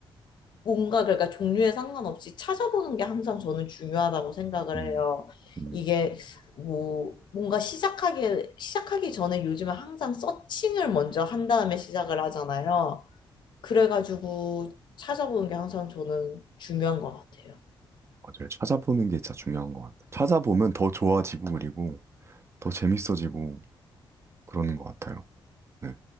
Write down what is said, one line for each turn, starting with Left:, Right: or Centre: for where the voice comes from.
Left: 뭔가 그러니까 종류에 상관없이 찾아보는 게 항상 저는 중요하다고 생각을
Right: 음,
Left: 해요.
Right: 음.
Left: 이게 뭐 뭔가 시작하기 시작하기 전에 요즘에 항상 서칭을 먼저 한 다음에 시작을 하잖아요. 그래가지고 찾아보는 게 항상 저는 중요한 것 같아요.
Right: 맞아요. 찾아보는 게 진짜 중요한 것 같아요. 찾아보면 더 좋아지고 그리고 더 재밌어지고 그러는 것 같아요. 네.